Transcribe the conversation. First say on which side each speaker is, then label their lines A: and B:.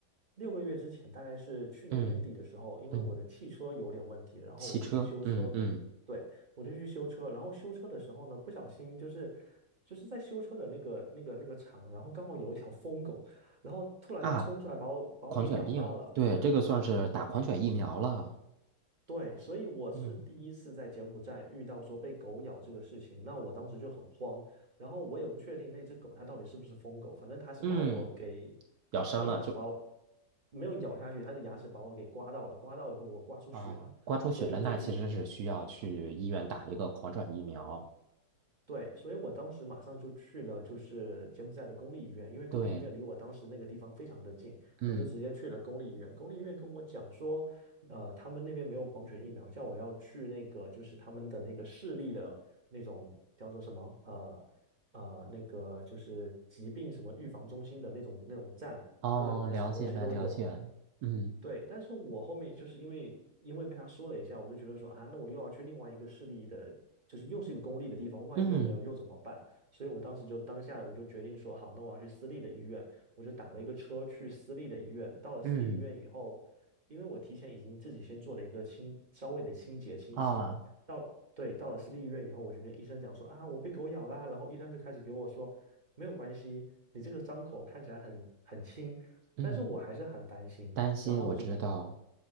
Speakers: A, on the right; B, on the right.
A: 六个月之前，大概是去年年底的时候，
B: 嗯
A: 因为我的汽车有点问题，
B: 嗯，
A: 然后我就去修车。
B: 骑车，嗯嗯
A: 对，我就去修车，然后修车的时候呢，不小心就是就是在修车的那个那个那个厂，然后刚好有一条疯狗，然后突然就冲出来把我把我给咬到了。
B: 啊，狂犬病，对，这个算是打狂犬疫苗了。
A: 对，所以我是第一次在柬埔寨遇到说被狗咬这个事情，
B: 嗯
A: 那我当时就很慌，然后我也不确定那只狗它到底是不是疯狗，反正它是把我给把它的牙齿把我
B: 嗯，咬伤了就
A: 没有咬下去，它的牙齿把我给刮到了，刮到以后我刮出血了，
B: 啊，刮出血了，
A: 所以就一
B: 那其实是需要去医院打一个狂犬疫苗。
A: 对，所以我当时马上就去了，就是柬埔寨的公立医院，因为公立医院离我当时那个地方非常的近，
B: 对，嗯，
A: 我就直接去了公立医院。公立医院跟我讲说，呃，他们那边没有狂犬疫苗，叫我要去那个就是他们的那个市立的那种叫做什么呃呃那个就是疾病什么预防中心的那种那种站，
B: 哦，
A: 那个里面什么东西都有。
B: 了解了，了解了，嗯
A: 对，但是我后面就是因为因为被他说了一下，我就觉得说啊，那我又要去另外一个市立的，就是又是一个公立的地方，万一又没有又怎么办？
B: 嗯
A: 所以我当时就当下我就决定说好，那我要去私立的医院，我就打了一个车去私立的医院。到了私立医院以后，
B: 嗯
A: 因为我提前已经自己先做了一个清稍微的清洁清洗，
B: 啊，
A: 到对到了私立医院以后，我就跟医生讲说啊，我被狗咬啦，然后医生就开始给我说没有关系，你这个伤口看起来很很轻，
B: 嗯，
A: 但是我还是很担心。
B: 担心我知道，
A: 然后我就不，